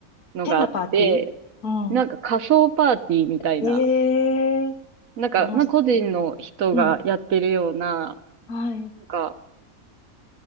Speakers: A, on the right; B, on the left.
A: のがあって、
B: 変なパーティーうん。
A: なんか仮想パーティーみたいな、
B: ええ
A: なんか、
B: ー。もし、
A: まあ、個人の人がやってるような、
B: うん。はい。
A: なんか、